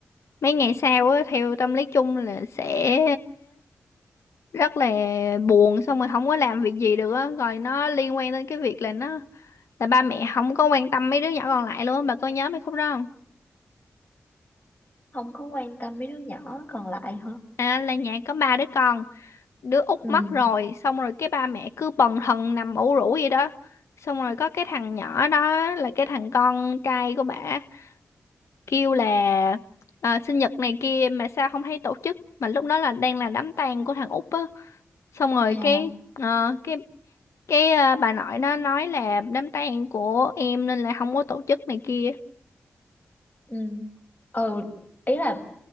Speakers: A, on the left; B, on the left.
A: mấy ngày sau á theo tâm lý chung là sẽ rất là buồn xong rồi không có làm việc gì được á rồi nó liên quan đến cái việc là nó là ba mẹ không có quan tâm mấy đứa nhỏ còn lại luôn á. bà có nhớ mấy khúc đó không
B: không có quan tâm mấy đứa nhỏ còn lại hả?
A: à là nhà có ba đứa con đứa út
B: Ừ.
A: mất rồi xong rồi cái ba mẹ cứ bần thần nằm ủ rũ vậy đó xong rồi có cái thằng nhỏ đó là cái thằng con trai của bả kêu là à, sinh nhật này kia mà sao không thấy tổ chức mà lúc đó là đang là đám tang của thằng Út á xong rồi
B: À,
A: cái ờ, cái cái ờ, bà nội nó nói là đám tang của em nên là không có tổ chức này kia
B: ừ. Ừ, ý là